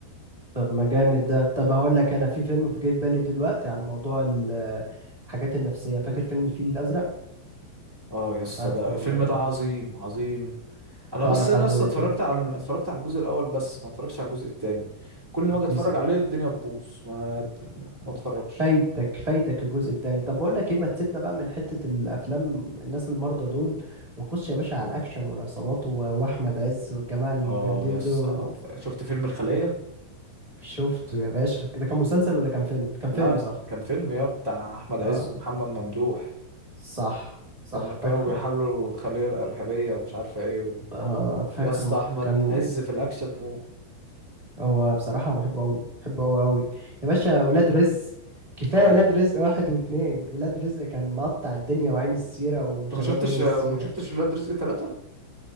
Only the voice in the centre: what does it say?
اه يا اسطى
ده
الفيلم
ده عظيم عظيم انا
بس انا
يا اسطى
اتفرجت
على اتفرجت على الجزء الاول بس ما اتفرجتش على الجزء التاني كل ما
اجي اتفرج عليه الدنيا تبوظ ما ما اتفرجش
اه يا اسطى
ف- شفت فيلم الخلية
لا
لا
كان فيلم يا بتاع احمد عز
ومحمد ممدوح
لما كانوا
بيحاولوا الخلية الإرهابية ومش عارفة ايه
يا اسطى احمد
عز في الاكشن مو
اه
انت ما شفتش
ما
شفتش ولاد رزق ثلاثة